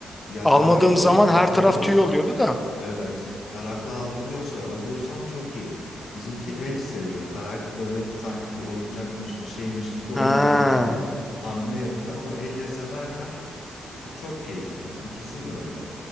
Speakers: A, on the left; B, on the left.
A: Ya
B: Almadığım
A: tarakla
B: zaman
A: a-
B: her taraf
A: alıyorsan
B: tüy oluyordu da.
A: evet. Tarakla aldırıyorsa alıyorsan çok iyi. Bizimki el seviyor. Tarak böyle sanki bir oyuncakmış bir şeymiş gibi onu
B: Ha,
A: ye- hani hamle yapıyor ama elle severken çok keyifli. İkisi de öyle.